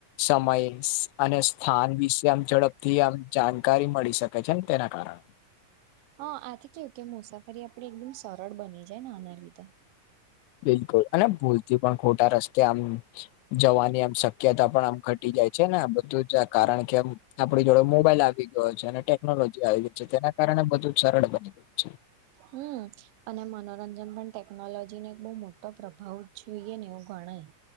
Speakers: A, on the left; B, on the right.
A: સમય- અને સ્થાન વિશે આમ ઝડપથી આમ જાણકારી મળી શકે છેન તેના કારણે..
B: હ આથી કેવું કે, મુસાફરી આપડી એકદમ સરળ બની જાય ન આના લીધે.
A: બિલકુલ, અને ભૂલથી પણ ખોટા રસ્તે આમ જવાની આમ - શક્યતા પણ આમ ઘટી જાય છે. ને આ બધું જ કારણ કે આપણી જોડે મોબાઈલ આવી ગયો છે. ને ટે- ટેકનોલોજી આવી ગઇ છે, તેના કારણે બધું સરળ બની ગયું છે.
B: હમ, અને મનોરંજન પણ ટેકનોલોજી ને એક બઉ મોટો પ્રભાવ જોઈએ ને એવું. કોણ ઈ